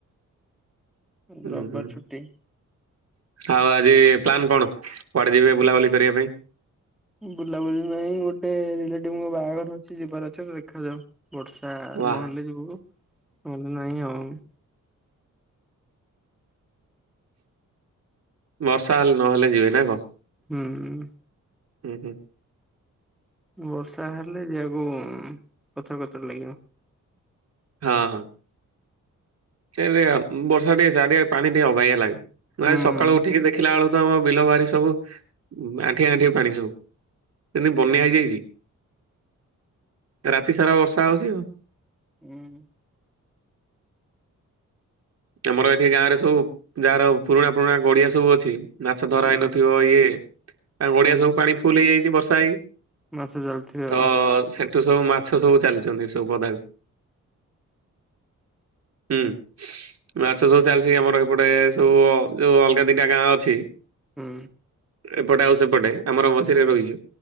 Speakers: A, in the centre; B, on the right.
A: ଉଁ,
B: ହୁଁ
A: ରବବାର
B: ହୁଁ
A: ଛୁଟି।
B: ଆଉ ଆଜି ପ୍ଲାନ୍ କଣ? କୁଆଡେ ଯିବେ ବୁଲାବୁଲି କରିବା ପାଇଁ?
A: ବୁଲାବୁଲି ନାହିଁ ଗୋଟେ ରିଲେଟିଭ୍ ଙ୍କ ବାହାଘର ଅଛି ଯିବାର ଅଛି ଦେଖାାଯାଉ। ବର୍ଷା
B: ୱା
A: ନହେଲେ ଯିବୁ, ନହେଲେ ନାହିଁ ଆଉ।
B: ବର୍ଷା ନହଲେ ଯିବେ ନା କଣ?
A: ହୁଁ।
B: ହୁଁ, ହୁଁ।
A: ବର୍ଷା ହେଲେ ଯିବାକୁ ଉଁ, କଥର କଥର ଲାଗିବ।
B: ହଁ, ହଁ। ସେ <unintelligible> ଉଁ, ବର୍ଷା ଟିକେ ସାଡେ ପାଣି ଟିକେ ଅବାଗିଆ ଲାଗେ, ମୁଁ
A: ହୁଁ
B: ଆଜି ସକାଳୁ ଉଠିକି ଦେଖିଲା ବେଳୁ ତ ଆମ ବିଲ ବାରି ସବୁ ଉଁ, ଆଣ୍ଠିଏ ଆଣ୍ଠିଏ ପାଣି ସବୁ ଯେମିତି ବନ୍ୟା
A: ସେରେ
B: ହେଇଯାଇଚି। ରାତିସାରା ବର୍ଷା ହଉଛି ଆଉ।
A: ଅଁ,
B: ତୋମର ଏଠି ଗାଁରେ ସବୁ ଯାହାର ପୁରୁଣା ପୁରୁଣା ଗଡିଆ ସବୁ ଅଛି ମାଛ ଧରା
A: ଆଜ୍ଞା
B: ହେଇନଥିବ, ଇଏ ତାଙ୍କ ଗଡିଆ
A: ଆଜ୍ଞା
B: ସବୁ ପାଣି ଫୁଲ୍ ହେଇଯାଇଚି ବର୍ଷା ହେଇକି।
A: ମାସ ଚାଲିଥିବ
B: ତ
A: ଆଉ
B: ସେ ତ ସବୁ ମାଛ ସବୁ ଚାଲୁଛନ୍ତି ସବୁ ପଦାକୁ ହୁଁ,। ମାଛ ସବୁ ଚାଲିଛି ଆମର ଏପଟେ ସବୁ ଯୋଉ ଅଲଗା ଦିଟା ଗାଁ ଅଛି
A: ହଁ।
B: ଏପଟେ ଆଉ ସେପଟେ ଆମର ମଝିରେ
A: ଆଜ୍ଞା
B: ରହିଚୁ।